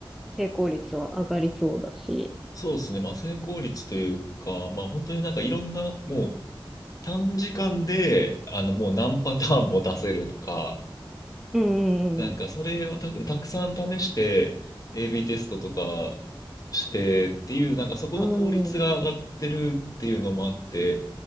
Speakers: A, in the centre; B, on the left (about 40°).
A: 成功率は上がりそうだし。
B: そうっすね。まあ、成功率というか、まあ、本当になんかいろんな、もう短時間で、あの、もう何パターンも出せるとか、
A: うんうん
B: なんかそれをた、たくさん試して、AB テストとかしてっていう、なんかそこの効率が上がってるっていうのもあって、
A: うん。うん